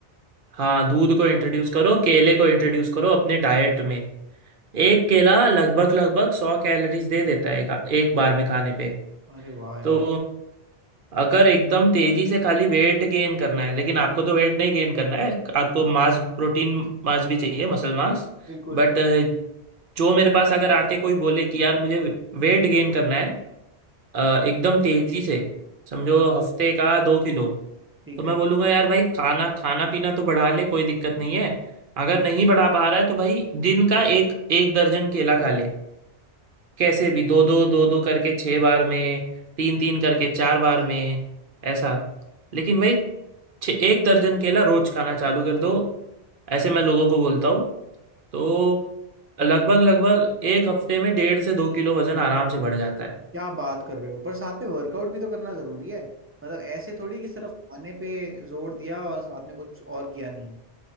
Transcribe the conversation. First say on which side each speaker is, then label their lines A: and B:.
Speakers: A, on the right; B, on the right.
A: हाँ दूध को इंट्रोड्यूस करो केले को इंट्रोड्यूस करो अपने डाइट में एक केला लगभग लगभग सौ कैलोरीज दे देता है एक, एक बार में खाने पे
B: अरे वाह यार
A: तो अगर एकदम तेजी से खाली वेट गेन करना है लेकिन आपको तो वेट नहीं गेन करना है आपको मास प्रोटीन मास भी चाहिए मसल मास
B: बिल्कुल
A: बट जो मेरे पास अगर आके कोई बोले कि यार मुझे वेट गेन करना है अ, एकदम तेजी से समझो हफ्ते का दो किलो
B: ठीक
A: तो मैं
B: है
A: बोलूंगा यार भाई खाना खाना पीना तो बढ़ा ले कोई दिक्कत नहीं है अगर नहीं बढ़ा पा रहा है तो भाई दिन का एक एक दर्जन केला खा ले कैसे भी दो दो दो दो करके छह बार में तीन तीन करके चार बार में ऐसा लेकिन भाई छः एक दर्जन केला रोज खाना चालू कर दो ऐसे मैं लोगों को बोलता हूँ तो लगभग लगभग एक हफ्ते में डेढ़ से दो किलो वजन आराम से बढ़ जाता है
B: क्या बात कर रहे हो पर साथ में वर्कआउट भी तो करना जरूरी है मतलब ऐसे थोड़ी कि सिर्फ खाने पे जोर दिया और साथ में कुछ और किया नहीं